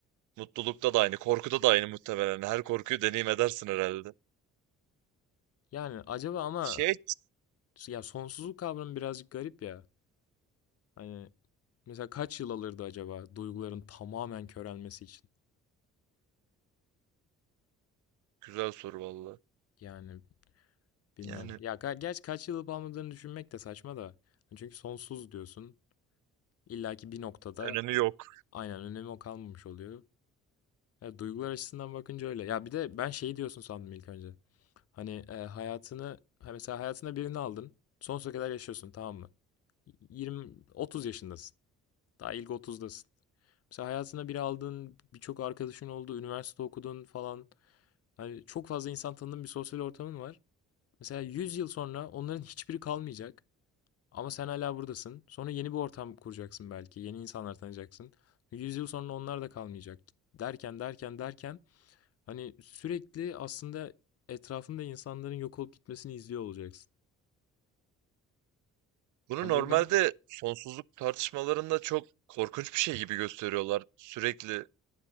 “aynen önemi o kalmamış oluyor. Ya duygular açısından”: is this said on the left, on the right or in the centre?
Left